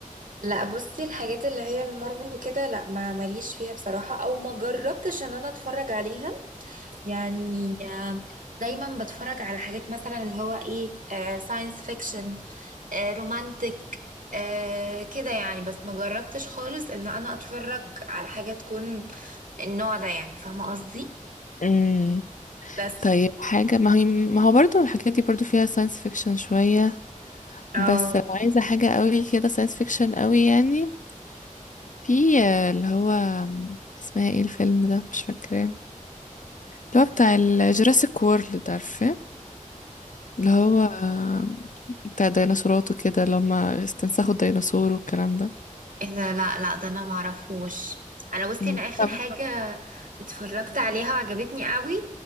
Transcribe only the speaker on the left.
امم
طيب حاجه ما هي ما هو برضو الحاجات دي برضو فيها ساينس فيكشن شويه بس
لو عايزه حاجه قوي كده ساينس فيكشن قوي يعني في آه، اللي هو اسمها ايه الفيلم ده مش فاكراه اللي هو بتاع الجوراسيك وورلد عارفة اللي هو آه، بتاع ديناصورات وكده اللي هما استنسخوا الديناصور والكلام ده
مم.
طب